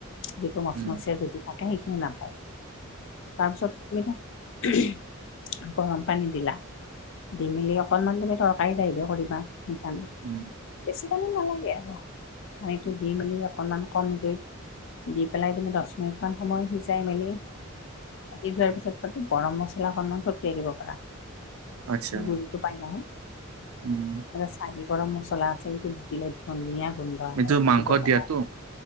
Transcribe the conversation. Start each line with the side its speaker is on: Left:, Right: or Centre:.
Left: যিটো মচমচীয়া
Right: উম
Left: যদি থাকে সেইখিনি না তাৰপিছত তুমি উহু গৰম পানী দিলা দি মেলি অকণমান তুমি তৰকাৰী দ আহিবে কৰিবা সেইকাৰণে।
Right: হু।
Left: বেছি পানী নালাগে আৰু পানীটো দি মেলি অকনমান কম জুইত দি পেলাই তুমি দছ মিনিট মান সময় আহিছ চাই মেলি, কাটি যোৱাৰ পিছত তাতে গৰম মছলাখননমান ছটিয়াই দিব পাৰা।
Right: আচ্ছা
Left: গুৰিটো পাই নহয়,
Right: উম
Left: এ চাহি গৰম মছলা আছে সেইটো তিলত ধনিয়া গোন্ধ আহে
Right: এইটো
Left: সেইটো
Right: মাংসত
Left: দিব পাৰা,
Right: দিয়াতো